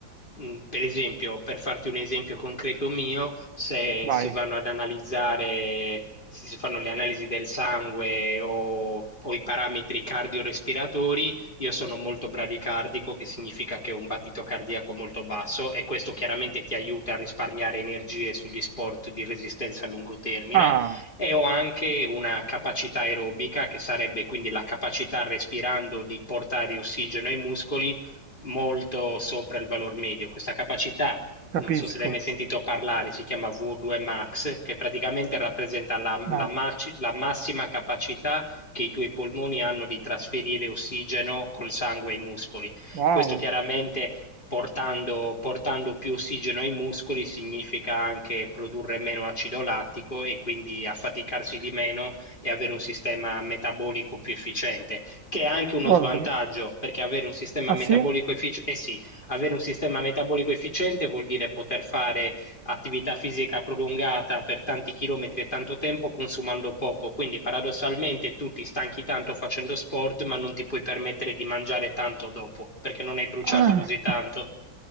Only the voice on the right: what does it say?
Vai.
Ah,
capisco.
No,
wow.
Guarda,
ah
sì?
Ah.
<laughs>